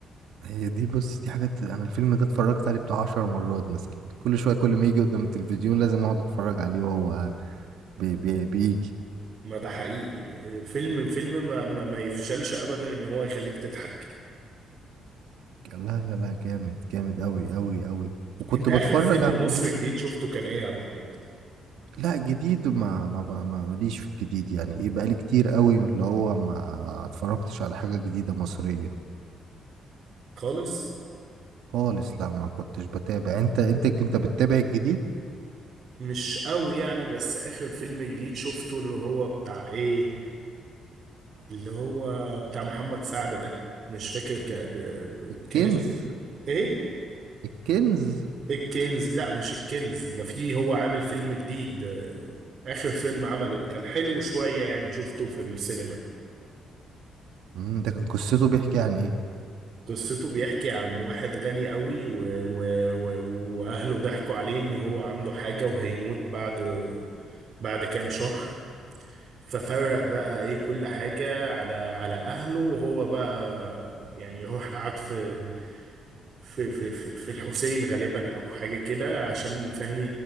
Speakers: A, on the right; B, on the right.
A: هي دي بص دي حاجات انا الفيلم ده اتفرجت عليه بتاع عشر مرات مثلا كل شويه كل ما يجي قدام التلفزيون لازم اقعد اتفرج عليه وهو بي بي بيجي
B: ما ده حقيقي فيلم فيلم ما, ما, ما يفشلش ابدا ان هو يخليك تضحك
A: لا لا لا جامد جامد قوي قوي قوي وكنت
B: انت
A: بتفرج
B: اخر فيلم
A: على اللي
B: مصري
A: هو
B: جديد شفته كان ايه يا ابو حميد
A: لا جديد ما ما ما ما- ماليش في الجديد يعني ايه بقالي كتير قوي من اللي هو ما اتفرجتش على حاجة جديدة مصرية
B: خالص
A: خالص لا ما كنتش بتابع انت انت انت بتتابع الجديد
B: مش قوي يعني بس اخر فيلم جديد شفته اللي هو بتاع ايه اللي هو بتاع محمد سعد ده مش فاكر ك... ب... ب-
A: الكنز
B: كان اسمه ايه ايه
A: الكنز
B: الكنز لا مش الكنز ده فيه هو عامل فيلم جديد آه، اخر فيلم عمله وكان حلو شوية يعني شفته في السينما
A: امم ده كان قصته بيحكي عن ايه
B: قصته بيحكي عن واحد غني قوي و... و... و... واهله ضحكوا عليه ان هو عنده حاجة وهيموت بعد بعد كام شهر ففرق بقى ايه كل حاجة على على اهله وهو بقى يعني يروح قعد في في في في, في الحسين غالبا او حاجة كده عشان فهمي